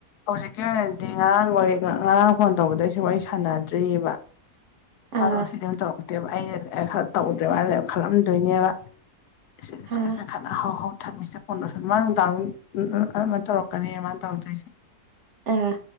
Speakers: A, on the left; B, on the right.
A: ꯍꯧꯖꯤꯛꯀꯤ ꯑꯣꯏꯅꯗꯤ ꯉꯔꯥꯡꯈꯣꯏ ꯉꯔꯥꯡ ꯐꯣꯟ ꯇꯧꯕꯗꯩꯁꯤꯕꯨ ꯑꯩ ꯁꯥꯟꯅꯗ꯭ꯔꯤꯑꯕ
B: <inaudible> ꯑꯥ
A: ꯃꯥꯗꯣ ꯁꯤꯗꯤꯝ ꯇꯧꯔꯛꯇꯦꯕ ꯑꯩꯁ ꯈꯔ ꯇꯧꯗ꯭ꯔꯦ ꯃꯥꯁꯦ ꯈꯜꯂꯝꯗꯣꯏꯅꯦꯕ ꯁꯤ
B: ꯑꯥ
A: ꯈꯁꯤꯅ ꯈꯥꯟꯅ ꯍꯥꯎ ꯍꯥꯎ ꯊꯝꯃꯤꯁꯦ ꯄꯟꯗ꯭ꯔꯣ ꯁꯣꯃꯅꯨꯡꯗꯥꯥꯡ ꯎꯝ ꯑꯗꯨꯃꯥꯏꯅ ꯇꯧꯔꯛꯀꯅꯤ ꯑꯗꯨꯃꯥꯏꯅ ꯇꯧꯗꯣꯏꯁꯦ
B: ꯑꯥ